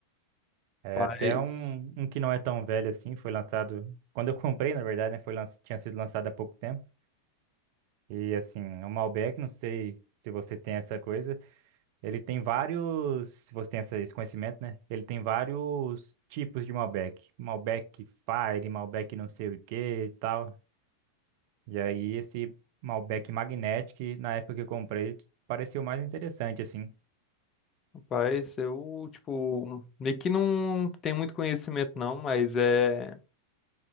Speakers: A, on the right; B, on the left.
A: É
B: Mas,
A: até um, um que não é tão velho assim, foi lançado... Quando eu comprei, na verdade, né, foi lan- tinha sido lançado há pouco tempo. E assim, o Malbec, não sei se você tem essa coisa, Ele tem vários, se você tem essa- esse conhecimento, né? Ele tem vários tipos de Malbec. Malbec Fire, Malbec não sei o que e tal. E aí esse Malbec Magnetic, na época que eu comprei, pareceu mais interessante, assim.
B: rapaz, eu, tipo, meio que não tenho muito conhecimento não, mas é...